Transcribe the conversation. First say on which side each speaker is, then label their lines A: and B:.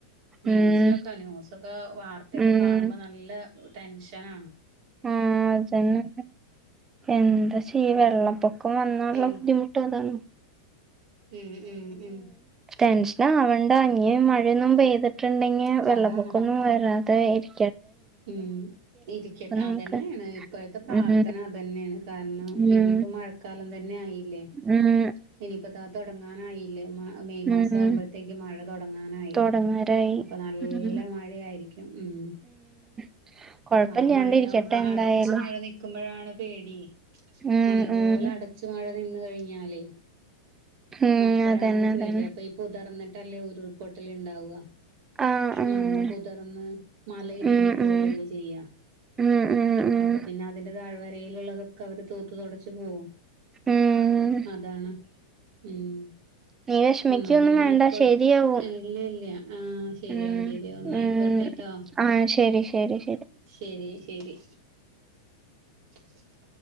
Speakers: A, on the right; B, on the right.
A: ന്യൂസിലൊക്കെ
B: ഉം
A: ന്യൂസ്‌ ഇപ്പൊ വാർത്തയൊക്കെ
B: ഉം
A: കാണുമ്പോ നല്ല ടെൻഷൻ ആണ്
B: ആഹ അതന്നെ എന്താ ചെയ്യ വെള്ള പൊ ക്കം വന്നാലുള്ള
A: എൻ
B: ബുദ്ധിമുട്ട് അതാണ്
A: ഉം ഉം ഉം
B: ടെൻഷനാവണ്ട ഇനി മഴയൊന്നും പെയ്ത്ട്ടുണ്ടെങ്കി വെള്ളപ്പൊക്കമൊന്നും
A: അതാണ്
B: വരാതൊയിരി.
A: ഉം ഇരിക്കട്ടെ
B: നമുക്ക്
A: അതന്നേണ് ഇപ്പഴത്തെ പ്രാർത്ഥന
B: ഉം
A: അതെന്നേണ്. കാര്ണം
B: ഉം
A: ഇനിയിപ്പ മഴക്കാലം തന്നെ ആയില്ലേ
B: ഉം
A: ഇനിയിപ്പ താ തുടങ്ങാനായില്ലേ മ മെയ് മാസം
B: ഉം ഉം
A: ആവുമ്പഴത്തേക്ക് മഴ തുടങ്ങാനായി.
B: തൊടങ്ങാരായി
A: അപ്പൊ നല്ല
B: ഉം
A: മഴയായിരിക്കും ഉം.
B: <inaudible>
A: ആഹ് മഴയാവുമ്പോ
B: ഇരിക്കട്ടെ
A: അടച്ച്
B: എന്തായാലും
A: മഴ നിക്കുമ്പോഴാണ് പേടി
B: ഉം
A: നല്ലപോലെ
B: ഉം
A: അട ച്ചു മഴ നിന്ന് കഴിഞ്ഞാലേയ്
B: ഉം
A: അപ്പഴാണ്
B: അതന്നെ
A: പേടി
B: അതന്നെ
A: അപ്പൊ ഈ പൊതിർന്നിട്ടല്ലേ ഉരുൾപൊട്ടല്ണ്ടാവാ
B: ആഹ് ആഹ്
A: മണ്ണ് പൊതിർന്ന് മലയിടിഞ്ഞ്
B: ഉം
A: പോരല്ലേ
B: ഉം
A: ചെയ്യാ.
B: ഉം ഉം ഉം
A: അപ്പൊ പിന്നെ അതിന്റെ താഴ് വരയില്ള്ളത് ക്കവത് തൂത്ത് തൊടച്ച് പോവും
B: ഉം
A: അതാണ് ഉം.
B: നീ വിഷമിക്കൊന്നും
A: ന്നാ പിന്നെ
B: വേണ്ട
A: ആയിക്കോ
B: ശരിയാവും
A: ഇല്ല്യല്ല ആഹ് ശെരിയാവും
B: ഉം
A: ശെരിയാവും ഇന്നായിക്കോട്ടെട്ടോ.
B: ഉം ആഹ് ശെരി ശെരി ശെരി.
A: ശെരി ശെരി. <inaudible>